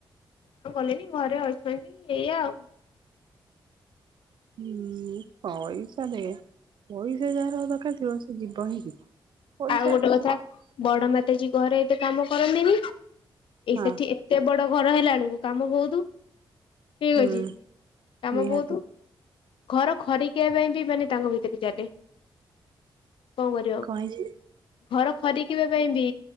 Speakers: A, on the left; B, on the right.
A: ଆଉ ଗଲେନି ଘରେ ଅଛନ୍ତି ଏଇଆ ଆଉ।
B: ଉଁ ପଇସା ଦେ ପଇସା ଯାହାର ଦରକାର ଥିବ ସେ ଯିବ ହିଁ ଯିବ। ପଇସା
A: ଆଉ ଗୋଟେ
B: ଅଛି
A: କଥା
B: ସେ କାହିଁକି
A: ବଡ ମାତାଜୀ ଘରେ ଏତେ କାମ କରନ୍ତିନି ଏଇ
B: ହଁ
A: ସେଠି ଏ ତେ ବଡ ଘର ହେଲା ବେଳକୁ କାମ ବହୁତୁ ଠିକ୍
B: ହୁଁ
A: ଅଛି କାମ
B: ନିହାତି
A: ବହୁତୁ। ଘର ଖରିକିଆ ପାଇଁ ବି ମାନେ ତାଙ୍କ ଭିତରେ ଚାଲେ। କଣ କରିବା।
B: କାଇଁ ଯିବି।
A: ଘର ଖରିକିବା ପାଇଁ ବି